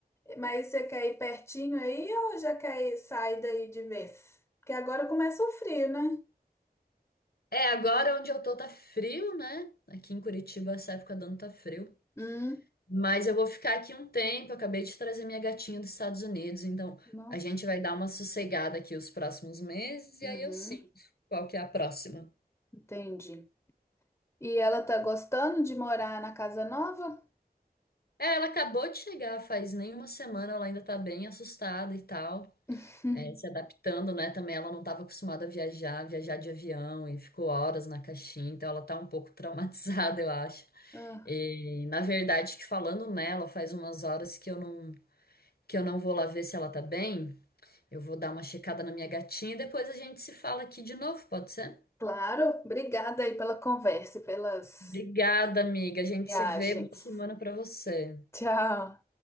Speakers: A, on the left (about 15°); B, on the left (about 70°).
A: Mas você quer ir pertinho aí ou já quer ir, sair daí de vez? Porque agora começa o frio, né?
B: É, agora onde eu tô tá frio, né? Aqui em Curitiba, essa época do ano tá frio.
A: Hum,
B: Mas eu vou ficar aqui um tempo. eu Acabei de trazer minha gatinha dos Estados Unidos, então
A: nossa.
B: a gente vai dar uma sossegada aqui os próximos meses
A: Uhum,
B: e aí eu sinto qual que é a próxima.
A: entendi. E ela tá gostando de morar na casa nova?
B: É, ela acabou de chegar faz nem uma semana, ela ainda tá bem assustada e tal,
A: <laughs>
B: é, se adaptando, né? Também ela não estava acostumada a viajar, viajar de avião e ficou horas na caixinha, então ela tá um pouco <laughs> traumatizada, eu acho.
A: Ah,
B: E na verdade, que falando nela, faz umas horas que eu não que eu não vou lá ver se ela tá bem. Eu vou dar uma checada na minha gatinha e depois a gente se fala aqui de novo, pode ser?
A: claro. Obrigada aí pela conversa e pelas
B: Obrigada, amiga. A gente
A: viagens.
B: se vê. Boa semana pra você.
A: Tchau.